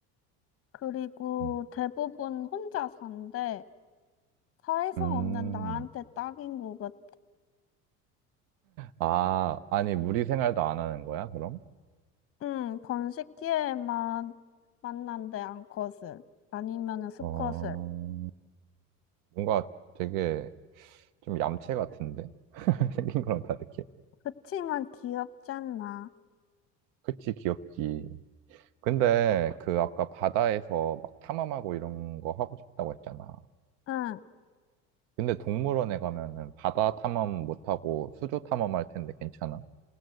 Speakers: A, on the left; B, on the right.
A: 그리고
B: 음.
A: 대부분 혼자 산대. 사회성
B: 음.
A: 없는 나한테 딱인 것 같아.
B: 아, 아니, 무리 생활도 안 하는 거야, 그럼?
A: 응, 번식기에만 만난대 암컷을 아니면은 수컷을.
B: 어, 뭔가 되게 좀 얌체 같은데? <laughs> 생긴 거랑 다르게.
A: 그치만 귀엽잖아.
B: 그치, 귀엽지. 근데 그 아까 바다에서 막 탐험하고 이런 거 하고 싶다고 했잖아.
A: 응.
B: 근데 동물원에 가면은 바다 탐험 못하고 수조 탐험할 텐데 괜찮아?